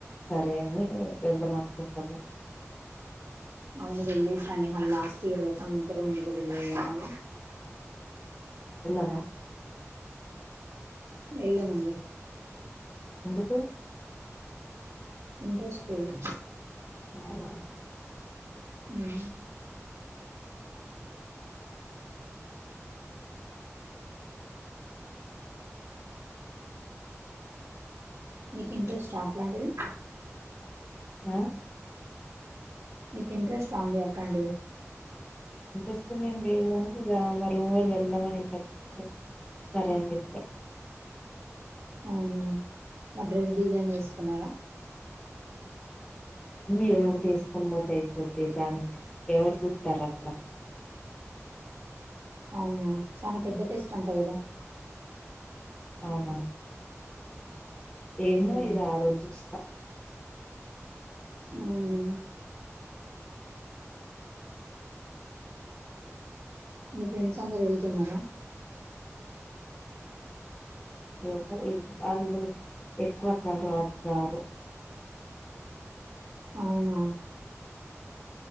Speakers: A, on the left; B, on the right.
A: సరే అని వెళ్దాం అనుకుంటునా
B: అవును వెళ్ళెసిరండి మళ్ళ లాస్ట్ ఇయర్ కదా ఉంటరో ఉండరో తెలియదు గదా మళ్ళ
A: ఆ
B: యెళ్ళ మండి
A: ఎందుకు
B: ఇంట్రెస్ట్ లేదు
A: అవునా
B: ఉమ్ మీకు ఇంట్రెస్టా అట్లాంటివి
A: ఆ
B: మీకు ఇంట్రెస్టా అండి అట్లాంటివి
A: ఇంట్రెస్ట్ అనేమ్ లేదు గానీ ఇగ మా రూమ్ వాళ్ళు వెళ్దాం అనేసరికే సరే అని జెప్పా
B: అవునా మరి డ్రెస్ డిజైన్ యేసుకున్నారా
A: ఏదో ఒకటి యేసుకొని పోతే అయిపోద్ది దాన్ని ఎవరు జూత్తారు అక్కడ
B: అవునా చాలా పెద్ద ఫేస్ట్ అంటా గదా
A: అవునా ఏమో
B: ఉమ్.
A: ఇగ ఆ రోజు జేస్
B: అవునా మీ ఫ్రెండ్స్ అందరు వెళ్తున్నారా?
A: ఎవర్ ఆళ్ళు ఎక్కువ అట్లాంటి వాటికిరారు
B: అవునా